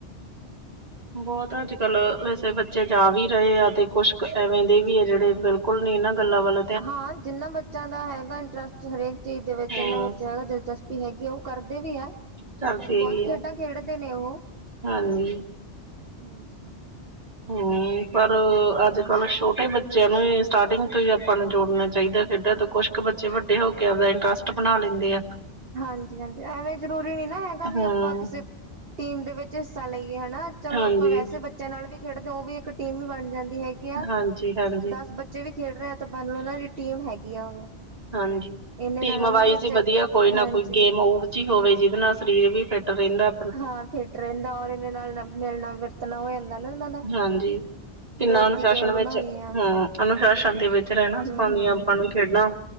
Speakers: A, on the right; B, on the right.
A: ਬੌਤ ਅੱਜ ਕੱਲ ਵੈਸੇ ਬੱਚੇ ਜਾ ਵੀ ਰਏ ਆ ਤੇ ਕੁਛ ਐਵੇਂ ਦੇ ਵੀ ਆ ਜਿੜੇ ਬਿਲ ਕੁਲ ਨੀ ਇਨਾਂ ਗੱਲਾਂ ਵਲ
B: ਹਾਂ, ਜਿੰਨਾਂ ਬੱਚਿਆਂ ਦਾ ਹੈਗਾ ਇੰਟਰਸਟ ਹਰੇਕ ਚੀਜ਼ ਦੇ ਵਿੱਚ ਇਨਾਂ
A: ਹਾਂ
B: ਵਿੱਚ ਹੈਗਾ ਦਿਲਚਸ ਪੀ ਹੈਗੀ ਆ, ਓ ਕਰਦੇ ਵੀ ਐ।
A: ਕਰਦੇ
B: ਬੌਤ
A: ਵੀ ਆ
B: ਖੇਡਾਂ ਖੇਡਦੇ ਨੇ ਉਹ,
A: ਹਾਂਜੀ
B: ਹਾਂਜੀ।
A: ਹੂੰ, ਪਰ ਅੱਜ
B: ਹਾਂ
A: ਕੱਲ੍ਹ ਸ਼ੋਟੇ ਬੱ ਚਿਆਂ ਨੂੰ ਸਟਾਰਟਿੰਗ ਤੋਂ ਈ ਆਪਾਂ ਨੂੰ ਜੋੜਨਾ ਚਾਈਦਾ ਐ, ਖੇਡਾਂ ਤੋਂ ਕੁਛ ਕੁ ਬੱਚੇ ਵੱਡੇ ਹੋ ਕੇ ਆਪਦਾ ਇੰਟਰਸਟ ਬਣਾ ਲੈਂਦੇ ਆ।
B: ਹਾਂਜੀ ਹਾਂਜੀ, ਐਵੇਂ ਜ਼ਰੂਰੀ ਨੀ ਨਾ ਹੈਗਾ ਵੀ
A: ਹੂੰ
B: ਆਪਾਂ ਕਿਸੇ ਟੀਮ ਦੇ ਵਿੱਚ ਹਿੱਸਾ ਲਈਏ ਹਨਾ ਚਲੋ,
A: ਹਾਂਜੀ
B: ਆਪਾਂ ਵੈਸੇ ਬੱਚਿਆਂ ਨਾਲ ਵੀ ਖੇਡਦੇ ਓ ਵੀ ਇੱਕ ਟੀਮ ਈ ਬਣ ਜਾਂਦੀ ਹੈਗੀ ਆ
A: ਹਾਂਜੀ ਹਾਂਜੀ
B: ਦਸ ਬੱਚੇ ਵੀ ਖੇਡ ਰਏ ਤੇ ਮੰਨ ਲਓ ਉਨਾਂ ਦੀ ਟੀਮ ਹੈਗੀ ਆ।
A: ਹਾਂਜੀ,
B: ਇਹਨੇ
A: ਟੀਮ
B: ਨਾਲ ਉਹਨਾਂ
A: ਵਾਈਜ਼
B: ਵਿੱਚ
A: ਈ ਵਧੀਆ। ਕੋਈ ਨਾ
B: ਹਾਂਜੀ
A: ਕੋਈ ਗੇਮ ਓਹੋ ਜੀ ਹੋਵੇ ਜਿਦੇ ਨਾਲ ਸਰੀਰ ਵੀ ਫਿੱਟ ਰੈਂਦਾ।
B: ਹਾਂ ਫਿੱਟ ਰੈਂਦਾ ਔਰ ਇਦੇ ਨਾਲ ਮਿਲਣਾ ਵਰਤਣਾ ਹੋ ਜਾਂਦਾ ਨਾ ਇਨਾਂ ਦਾ।
A: ਹਾਂਜੀ। ਕਿੰਨਾ
B: ਦੋਸਤੀ
A: ਅਨੁਸ਼ਾਸਨ
B: ਕਿਵੇਂ ਬਣਾਉਣੀ
A: ਵਿੱਚ ਹੂੰ,
B: ਆ
A: ਅਨੁਸ਼ਾਸਨ ਦੇ ਵਿੱਚ ਰੈਣਾ ਸਿਖਾਉਂਦੀਆਂ
B: ਹੂੰ-ਹੂੰ
A: ਆਪਾਂ ਨੂੰ ਖੇਡਾਂ।